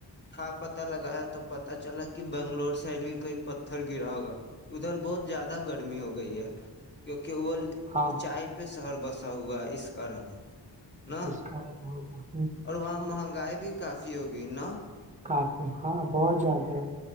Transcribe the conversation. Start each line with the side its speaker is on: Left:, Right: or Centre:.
Left: تھا پت لگایا تو پتا چلا کہ بنگلور سے سائڈ بھی کوئی پتھر گرا ہوگا ادھر بہت زیادہ گرمی ہو گئی ہے کیکہ کیول
Right: ہاں
Left: اونچائی پہ شہر بسا ہوا اس کارن نا
Right: اس کارن ہو گیا <unintelligible>
Left: اور وہاں مہنگا گائے بھی کافی ہوگی نا
Right: کافی ہاں بہت زیادہ ہے